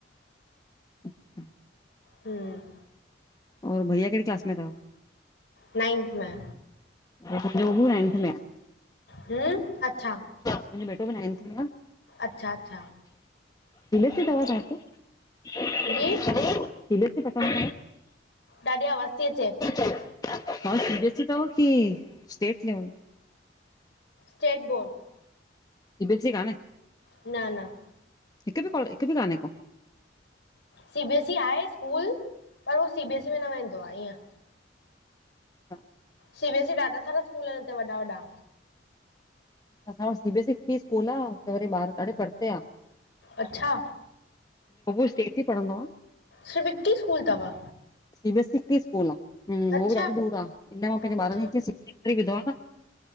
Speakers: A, on the left (about 20°); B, on the left (about 65°).
A: अच्छा <unintelligible>
B: हम्म
A: और भैया कहिड़ी क्लास में अथव?
B: नाइंथ में।
A: हिकु ॿियो बि नाइंथ में आहे।
B: हम्म, अच्छा।
A: मुंहिंजो बेटो बि नाइंथ में आहे।
B: अच्छा अच्छा।
A: बलसी दवज <unintelligible>
B: जी।
A: अरे तलस पठे
B: ॾाढी आवाज़ थी अचे
A: <unintelligible> हा, सी बी एस सी अथव कि state level?
B: State board.
A: C B S C काने?
B: न न।
A: हिकु बि को, हिकु बि काने को?
B: सी बी एस ई आहे स्कूल। पर उहो सी बी एस ई में न वेंदो आहे, ईअं।
A: अच्छा।
B: सी बी एस ई ॾाढा सारा स्कूल आहिनि हिते वॾा वॾा।
A: असां वटि सी बी एस सी हिकु ही स्कूल आहे। त वरी बाहर ॾाढे परते आ।
B: अच्छा।
A: बबू् स्टेट ही पढ़ंदो आ।
B: सिर्फ हिक ही स्कूल तव?
A: सी बी एस सी हिक ही स्कूल आ।
B: अच्छा
A: हो बि ॾाढी दूर आ। हिन लाए मां पंहिंजे
B: अच्छा
A: ॿार खे स्टेट में विधो आ।